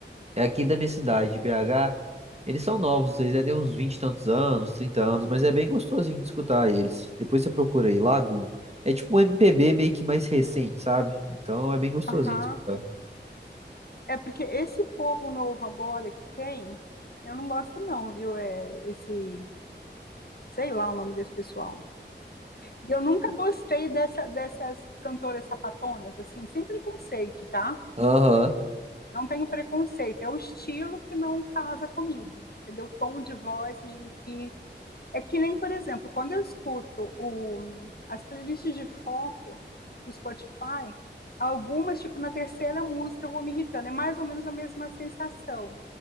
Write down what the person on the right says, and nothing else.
É aqui da minha cidade, de BH. Eles são novos, eles já têm uns 20 e tantos anos, 30 anos, mas é bem gostosinho de escutar eles. Depois você procura aí, Lagoon. É tipo um MPB meio que mais recente, sabe? Então é bem gostosinho
de escutar.
Aham.